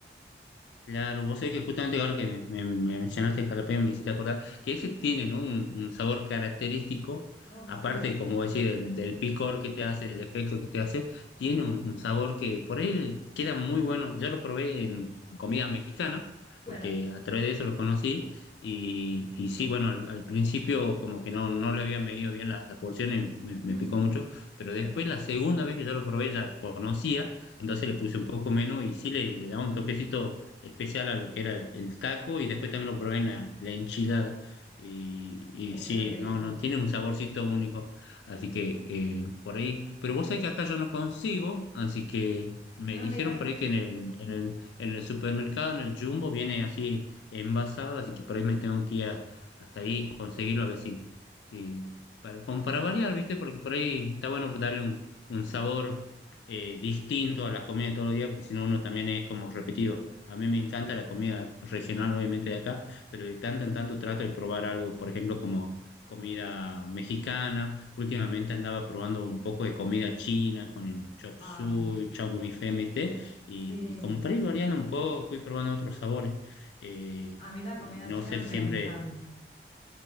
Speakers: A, on the left; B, on the left.
A: Claro, vos sabés que justamente ahora que me, me- me mencionaste el jalapeño me hiciste acordar que ese tiene, ¿no? un, un sabor característico,
B: Oh,
A: aparte,
B: sí,
A: como vos decís, del, del picor que te hace, del efecto que te hace, tiene un, un sabor que por ahí queda muy bueno. Yo lo probé en comida mexicana,
B: claro.
A: porque a través de eso lo conocí, y, y sí, bueno, al, al principio como que no, no le había medido bien la, la porción y me, me
B: <laughs>
A: picó mucho, pero
B: Claro.
A: después la segunda vez que yo lo probé ya conocía, entonces le puse un poco menos y sí le, le daba un toquecito especial a lo que era el, el taco y después también lo probé en la, la enchilada. Y,
B: Oh,
A: y sí,
B: qué rico.
A: no, no, tiene un saborcito único. Así que eh, por ahí, pero vos sabés que acá yo no consigo, así que me
B: Ah,
A: dijeron
B: mira.
A: por ahí que en el, en el, en el supermercado, en el Jumbo, viene así envasado, así que por ahí me tengo que ir a- hasta ahí y conseguirlo a ver si, sí para, como para variar, ¿viste? Porque por ahí está bueno darle un, un sabor eh, distinto a las comidas de todos los días, porque si no uno también es como repetido. A mí me encanta la comida regional, obviamente de acá, pero de tanto en tanto trato de probar algo, por ejemplo, como comida mexicana. Últimamente andaba probando un poco de comida china con el chop
B: Ah,
A: suey, chow meinfen, ¿viste? Y,
B: sí.
A: y como para ir variando un poco, ir probando otros sabores. Eh,
B: A mí la comida
A: y no
B: china
A: ser siempre
B: me encanta.